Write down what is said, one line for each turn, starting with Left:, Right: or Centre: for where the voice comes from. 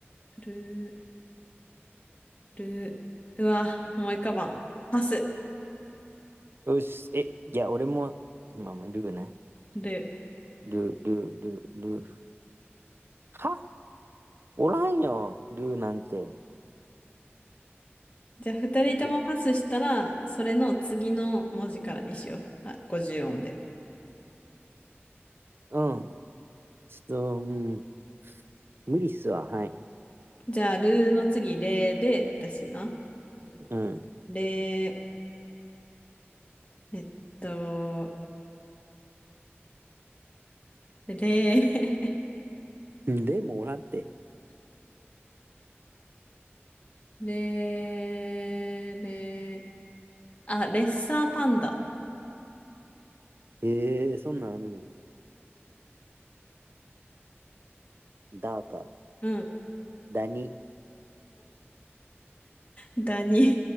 Left: ル、ルー、うわ、思い浮かばん。パス。
Right: よし、え、いや、俺も、まあ、ルーね。
Left: ルー。
Right: ルー、ルー、ルー、ルー。はおらんよ、ルーなんて。
Left: じゃあ、二人ともパスしたら、
Right: いや
Left: それの次の文字からにしよう。あ、50音で。
Right: うん、ちょっと、うん、無理っすわ、はい。
Left: じゃあ、ルーの次、レーで、私な。
Right: うん。
Left: レー、えっと、レー、
Right: うんでもおらんって。
Left: <laughs> レー、レー、あ、レッサーパンダ。
Right: ええーそんなんあるんよ。ダーか、
Left: うん。
Right: ダニ。
Left: ダニ。